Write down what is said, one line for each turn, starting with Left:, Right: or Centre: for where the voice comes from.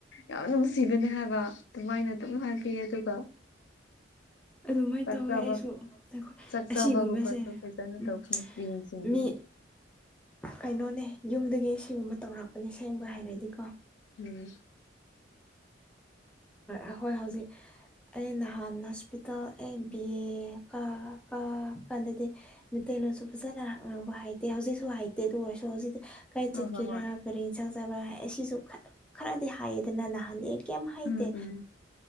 Left: ꯌꯥꯝ ꯅꯨꯡꯁꯤꯕꯅꯦ ꯍꯥꯏꯕ ꯑꯗꯨꯃꯥꯏꯅ ꯑꯗꯨꯝ ꯍꯥꯕꯤꯌꯦ ꯑꯗꯨꯒ
Centre: ꯇꯥꯗꯔꯦ <inaudible> ꯑꯗꯨꯃꯥꯏꯅ
Left: ꯆꯥꯛ
Centre: ꯇꯧꯋꯦ
Left: ꯆꯥꯕ
Centre: ꯑꯩꯁꯨ ꯑꯩꯈꯣꯏ
Left: ꯆꯥꯛ
Centre: ꯑꯁꯤꯒꯨꯝꯕꯁꯦ
Left: ꯆꯥꯕꯒꯨꯝꯕꯁꯨ ꯐꯖꯅ
Centre: ꯎꯝ
Left: ꯇꯧꯕꯤ ꯌꯦꯡꯁꯤꯟꯕꯤꯌꯨ
Centre: ꯃꯤ ꯀꯩꯅꯣꯅꯦ ꯌꯨꯝꯗꯒꯤ ꯑꯁꯤꯒꯨꯝꯕ ꯇꯧꯔꯛꯄꯅꯦ ꯁꯦꯡꯕ ꯍꯥꯏꯔꯗꯤꯀꯣ
Left: ꯎꯝ
Centre: ꯑꯈꯣꯏ ꯍꯧꯖꯤꯛ ꯑꯩ ꯅꯍꯥꯟ ꯍꯣꯁꯄꯤꯇꯥꯜ ꯑꯩ ꯕꯤ ꯑꯦ ꯀ ꯀꯥ ꯀꯥꯟꯗꯗꯤ ꯃꯤꯇꯩꯩꯂꯣꯟꯁꯨ ꯐꯖꯅꯍꯥ ꯍꯩꯇꯦ ꯍꯧꯖꯤꯛꯁꯨ ꯍꯩꯇꯦ ꯑꯗꯨ ꯑꯣꯏꯔꯁꯨ ꯍꯧꯖꯤꯛꯇꯤ ꯀꯥꯏ
Left: ꯍꯣꯏ
Centre: ꯆꯠꯀꯦꯔꯥ
Left: ꯍꯣꯏ ꯍꯣꯏ
Centre: ꯀꯔꯤ ꯏꯟꯁꯥꯡ ꯆꯥꯕ꯭ꯔꯥ ꯑꯁꯤꯁꯨ ꯈꯔꯗꯤ ꯍꯥꯏꯌꯦꯗꯅ ꯅꯍꯥꯟꯗꯤ ꯀꯩꯝ
Left: ꯎꯝ
Centre: ꯇꯦ
Left: ꯎꯝ